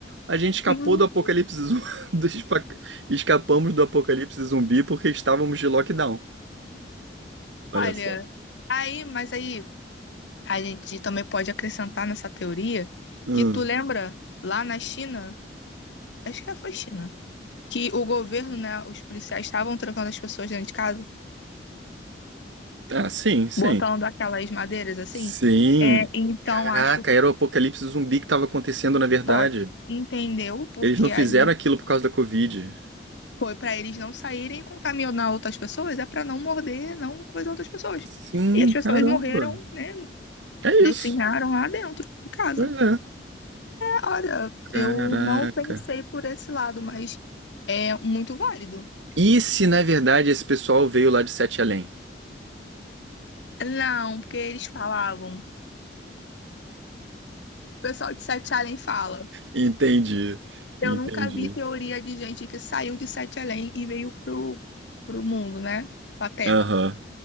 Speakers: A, on the right (about 85°); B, on the left (about 80°).
A: A gente escapou
B: Hum,
A: do apocalipse zumbi, <laughs> do espa- escapamos do apocalipse zumbi porque estávamos de lockdown. Olha
B: Olha,
A: só.
B: aí, mas aí. A gente também pode acrescentar nessa teoria
A: Hum.
B: que tu lembra lá na China, acho que foi China, que o governo, né, os policiais estavam trancando as pessoas dentro de casa,
A: Ah, sim, sim.
B: botando aquelas madeiras assim.
A: Sim.
B: É, então
A: Caraca,
B: acho que
A: era o apocalipse zumbi que estava acontecendo, na verdade.
B: pode. Entendeu? Porque
A: Eles não fizeram
B: aí
A: aquilo por causa da Covid.
B: foi para eles não saírem e contaminar outras pessoas, é para não morder, não coisa outras pessoas.
A: Sim,
B: E as pessoas
A: caramba.
B: morreram, né,
A: É
B: definharam
A: isso.
B: lá dentro de casa.
A: Pois é.
B: Cara,
A: Caraca.
B: eu não pensei por esse lado, mas é muito válido.
A: E se na verdade esse pessoal veio lá de Sete Além?
B: Não, porque eles falavam. O pessoal de Sete Além fala.
A: Entendi,
B: Eu
A: entendi.
B: nunca vi teoria de gente que saiu de Sete Além e veio pro, pro mundo, né? Pra Terra.
A: Aham,